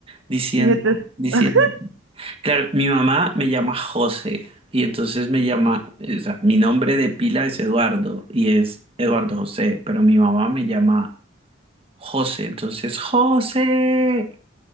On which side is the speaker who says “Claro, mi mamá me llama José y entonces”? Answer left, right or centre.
Right